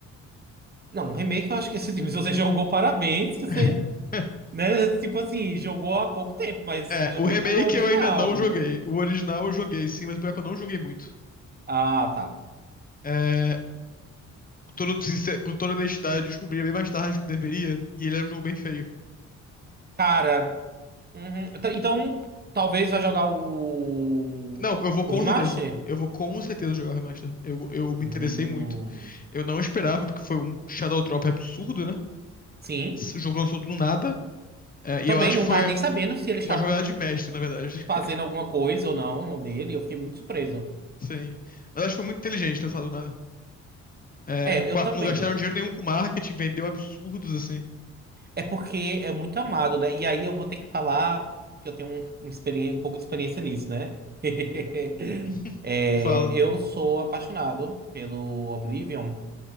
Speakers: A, on the right; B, on the left.
A: Não, o remake eu acho que <laughs> se você jogou, parabéns, que
B: <laughs>
A: você, né, tipo assim, jogou há pouco tempo, mas
B: É,
A: eu
B: o
A: digo
B: remake
A: o original.
B: eu ainda não joguei. O original eu joguei, sim, mas pior que eu não joguei muito.
A: Ah, tá.
B: É, com toda, sincer- com toda honestidade, eu descobri bem mais tarde do que deveria, e ele era um jogo bem feio.
A: Cara, uhum, então então, talvez vai jogar o,
B: Não, eu vou com
A: o remaster?
B: certeza. Eu vou com certeza jogar o remaster. Eu, eu me
A: Hum,
B: interessei muito. Eu não esperava, porque foi um Shadow Drop absurdo, né?
A: sim.
B: O jogo lançou do nada. É, e
A: Também
B: eu acho
A: não
B: que foi
A: tava nem sabendo se eles estavam.
B: uma jogada de mestre, na verdade.
A: fazendo alguma coisa ou não dele. Eu fiquei muito surpreso.
B: <laughs> Sim. Mas acho que foi muito inteligente ter lançado do nada. É,
A: É,
B: qua-
A: eu também.
B: não gastaram dinheiro nenhum com marketing, vendeu absurdos assim.
A: É porque é muito amado, né? E aí eu vou ter que falar que eu tenho um, um experi- um pouco de experiência nisso, né? <laughs>
B: <laughs>
A: É,
B: Fala.
A: eu sou apaixonado pelo Oblivion.